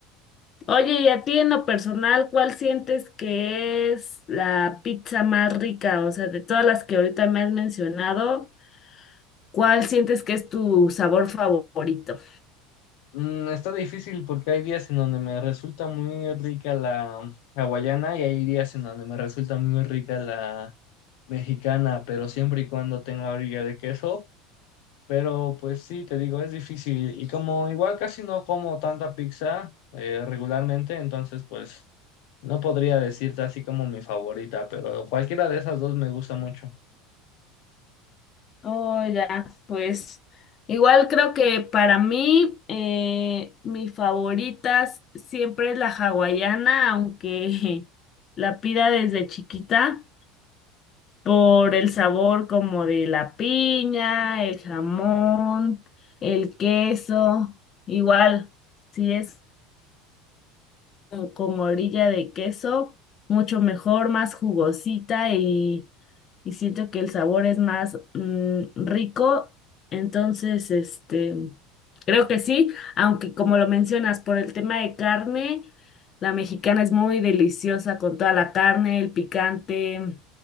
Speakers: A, on the left (about 25°); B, on the left (about 60°).
A: Oye, y a ti en lo personal, ¿cuál sientes que es la pizza más rica? O sea, de todas las que ahorita me has mencionado, ¿cuál sientes que es tu sabor favorito?
B: Mm, está difícil porque hay días en donde me resulta muy rica la hawaiana y hay días en donde me resulta muy rica la mexicana, pero siempre y cuando tenga orilla de queso. Pero pues sí, te digo, es difícil. Y como igual casi no como tanta pizza eh, regularmente, entonces pues no podría decirte así como mi favorita, pero cualquiera de esas dos me gusta mucho.
A: Oh, ya, pues igual creo que para mí eh, mi favorita s- siempre es la hawaiana, aunque <laughs> la pida desde chiquita por el sabor como de la piña, el jamón, el queso. Igual, si es como con orilla de queso, mucho mejor, más jugosita y y siento que el sabor es más mm, rico. Entonces, este, creo que sí, aunque como lo mencionas, por el tema de carne, la mexicana es muy deliciosa con toda la carne, el picante,